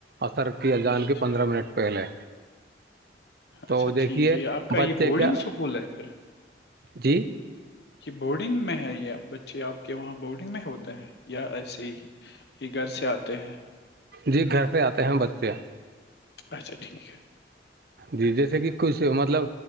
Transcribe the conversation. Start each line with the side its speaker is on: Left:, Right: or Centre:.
Right: عصر کیا جان
Left: اچھا
Right: کے پندرہ منٹ پہلے تو
Left: اچھا
Right: دیکھیے
Left: ٹھیک ہے یہ آپ کا
Right: بچے
Left: یہ بورڈنگ
Right: کیا
Left: سکول ہے پھر
Right: جی
Left: کہ بورڈنگ میں ہے یا بچے آپ کے وہاں بورڈنگ میں ہوتے ہیں یا ایسے ہی ہی گھر سے آتے ہیں
Right: جی گھر سے آتے ہیں بچے
Left: اچا ٹھیک ہے
Right: جی جیسے کہ کچھ مطلب